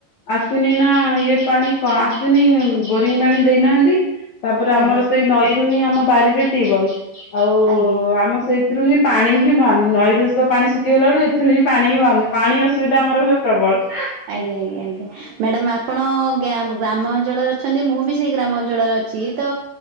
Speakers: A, on the left; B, on the right.
A: ଆସିନି ନା ଇଏ ପାଣି ଆସିନି ବୋରିଂ ପାଣି ଦେଇନାହାନ୍ତି। ତାପରେ, ଆମର
B: ଆଜ୍ଞା
A: ସେଇ ନଈରୁ ହିଁ ଆମ ବାରିରେ ଟିବଲ। ଆଉ
B: ଆଜ୍ଞା
A: ଆମ ସେଇ ଏଥିରୁ ହିଁ ପାଣିି ହିଁ ବାହାରୁନି। ନଈରୁ ତ ପାଣି ଶୁଖିଗଲା ବେଳକୁ ଏଥିରୁ ପାଣି ହିଁ ବାହାରୁନି। ପାଣି ଅସୁବିଧା ଆମର ପ୍ରବଳ
B: ଆଜ୍ଞା ଆଜ୍ଞାବଆଜ୍ଞା ମ୍ୟାଡାମ ଆପଣ ଗ୍ୟାମ ଗ୍ରାମ ଅଞ୍ଚଳରେ ଅଛନ୍ତି। ମୁଁ ବି ସେଇ ଗ୍ରାମ ଅଞ୍ଚଳରେ ଅ ଛି ତ